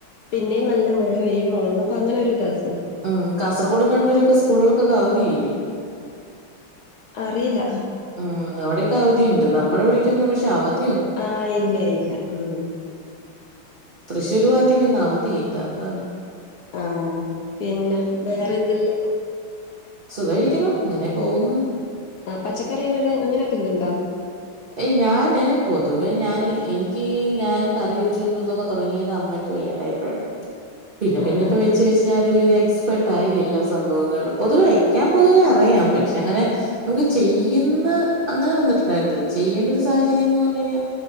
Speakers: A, on the left (about 70°); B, on the right (about 75°).
A: പിന്നെയ നല്ല മഴ പെയ്യും മുങ്ങപ്പ അങ്ങനെ ഒരു ഇതസ്ഥ
B: ഉം കാസർഗോടും കണ്ണൂരൊക്കെ സ്കൂളുകൾക്കൊക്കെ അവധിയില്ലേ.
A: അറിയില്ല..
B: ഉം അവിടെയൊക്കെ അവധിയുണ്ട് നമ്മുടെെവിടേക്കൊന്നും പക്ഷെ അവധ
A: ആഹ ഇല്ല ഇല്ല ഉ
B: തൃശ്ശൂര് ഭാഗത്താക്ക് അവധിയില്ല അതാണ്
A: ആഹ പിന്നെ വേറെന്തല്ലോ...
B: സുഖരിക്കണം ഇങ്ങനെ പോകുന്നു
A: ആ പച്ചക്കറികള് അങ്ങനെയൊക്കെ ഇതുണ്ടോ
B: ഏയ് ഞാന് പൊതുവേ ഞാൻ എനിക്ക് ഞാൻ കറി വെച്ച കൊണ്ടന്നൊക്കെ തുടങ്ങിയത് അമ്മയ്ക്ക് ്യണ്ടപ്പോഴാണ് പിന്നെ
A: ആ
B: പിന്നെ ഇപ്പ
A: ആ
B: വെച്ച് വെച്ച് ഞാനൊരു എക്സ്പർട്ട ആായി എല്ലാ സംഭവങ്ങളും പൊതുവെ വെക്കാൻ പൊതുവെ അറിയാം പക്ഷെ അങ്ങനെ നമുക്ക് ചെയ ഇന്ന് അങ്ങനെ വന്നിട്ടുണ്ടായിരുന്നില്ല ചെയ്യേണ്ട ഒരു സാഹചര്യം എന്ന് പറഞ്ഞു കഴിഞ്ഞാൽ